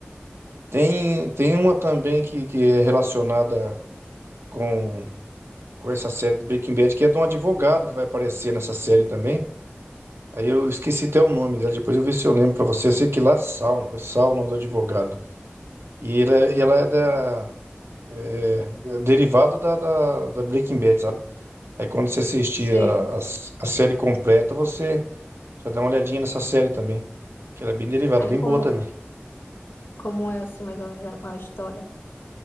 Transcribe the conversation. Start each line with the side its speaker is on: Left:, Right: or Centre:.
Right: Tem, tem uma também que, que é relacionada com, com essa série do Breaking Bad, que é de um advogado que vai aparecer nessa série também. Aí eu esqueci até o nome dela, depois eu ver se eu lembro pra você. Eu sei que lá é Sal, é Sal o nome do advogado. E ela, ela é da. É, é derivada da, da, da Breaking Bad, sabe? Aí quando você assistir
Left: sei.
Right: a, a, a série completa, você já dá uma olhadinha nessa série também. Que ela é bem derivada,
Left: Aí
Right: bem
Left: como,
Right: boa também.
Left: como é assim, mais ou menos, ela com a história?